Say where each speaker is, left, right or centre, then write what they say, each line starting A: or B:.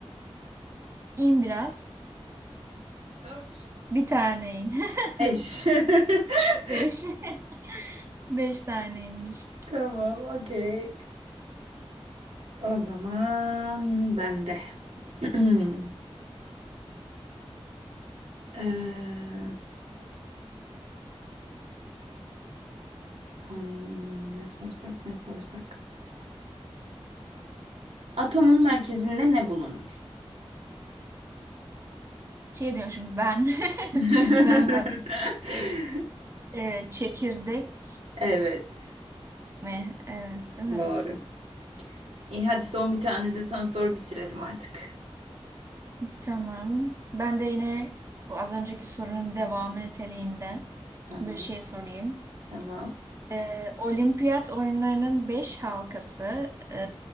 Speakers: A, on the right; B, on the right.
A: İn biraz.
B: Dört.
A: Bir tane in. <laughs>
B: Eş. <laughs>
A: Beş. <laughs> Beş taneymiş.
B: Tamam, okey. O zaman ben de. <clears throat> Ee, hmm, ne sorsak ne sorsak. Atomun merkezinde ne bulunur?
A: Şey diyorum şimdi ben.
B: <laughs>
A: <laughs> Ben varım. Ee, çekirdek
B: Evet.
A: mi? Evet, değil mi?
B: Doğru. İyi hadi son bir tane de sen sor bitirelim artık.
A: Tamam. Ben de yine bu az önceki sorunun devamı niteliğinde
B: Tamam.
A: bir şey sorayım.
B: Tamam.
A: Ee, olimpiyat oyunlarının beş halkası e,